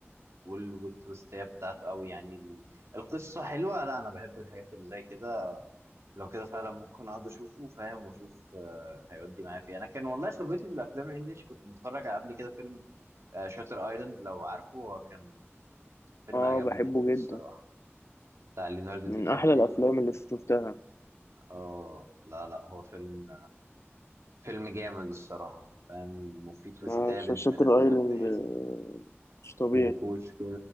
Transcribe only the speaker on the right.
وال والتويستيه بتاعته او يعني ال- القصه حلوه لا انا بحب الحاجات اللي زي كده لو كده فعلا ممكن اقعد اشوفه فاهم واشوف آه، هيودي معايا فيه انا كان والله خبرتي بالافلام الانجليش كنت متفرج على قبل كده فيلم آه، شاتر ايلاند لو عارفه هو كان فيلم
عجبني
جدا الصراحه
بتاع ليوناردو
دي كابريو
اه لا لا هو فيلم فيلم جامد الصراحة فاهم وفي تويستات
بنت
لذينة
في الآخر
وكوش كده